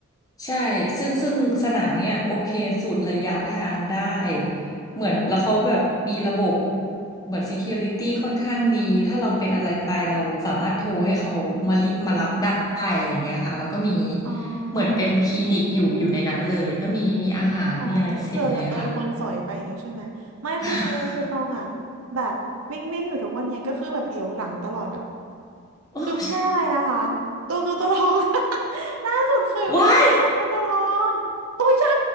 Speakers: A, on the left (about 15°); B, on the right (about 80°).
A: ใช่ ซึ่งซึ่งสนามเนี้ยโอเคสูตรระยะทางได้ เหมือนแล้วเขาแบบมีระบบเหมือน security ค่อนข้างดี ถ้าเราเป็นอะไรไปเราสามารถโทรให้เขามารีมารับได้อะไรอย่างเงี้ยค่ะ แล้วก็มี
B: อ๋อ
A: เหมือนเป็นคลินิกอยู่อยู่ในนั้นเลย ก็มีมีอาหารมีอะไรเสร็จเลยอะค่ะ
B: อ๋อเผื่อแบบโดนคนสอยไปอย่างงี้ใช่ไหมไม่คือพงคือตองอ่ะ
A: <laughs>
B: แบบวิ่งวิ่งอยู่ทุกวันเนี้ยก็คือแบบเหลียวหลังตลอดแบบ
A: โอ้ใช่
B: คือไม่ใช่อะไรนะคะตัวเงินตัวทอง <laughs> ล่าสุดเคยวิ่งตัวเงินตัวทองตัวใหญ่
A: ว้าย